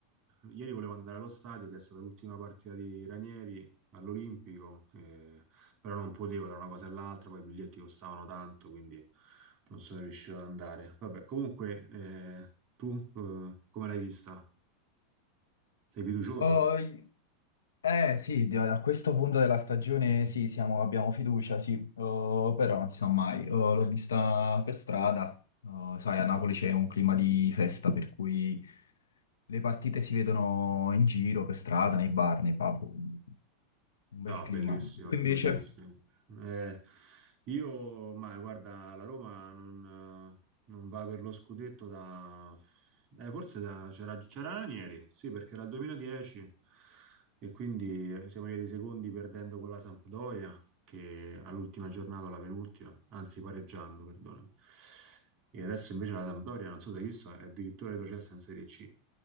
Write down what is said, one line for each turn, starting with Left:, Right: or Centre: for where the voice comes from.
Right: Ieri volevo andare allo stadio, che è stata l'ultima partita di Ranieri all'Olimpico, eh, però non potevo tra una cosa e l'altra, poi i biglietti costavano tanto, quindi non sono riuscito ad andare. Vabbè, comunque, eh, tu eh, come l'hai vista? Sei fiducioso?
Left: Oh, i- eh sì, di- a questo punto della stagione sì, siamo- abbiamo fiducia, sì, Oh, però non si sa mai, Oh, l'ho vista per strada, Oh, sai, a Napoli c'è un clima di festa, per cui le partite si vedono in giro, per strada, nei bar, nei pub, quindi un
Right: No,
Left: bel clima.
Right: bellissimo,
Left: Tu
Right: bellissimo.
Left: invece?
Right: Eh, io, ma guarda, la Roma non, eh, non va per lo scudetto da... eh, forse da... c'era c'era Ranieri, sì, perché era il 2010 e quindi eh, siamo arrivati secondi perdendo con la Sampdoria, che all'ultima giornata, alla penultima, anzi pareggiando, perdonami. E adesso invece la Sampdoria, non so se hai visto, è addirittura retrocessa in Serie C,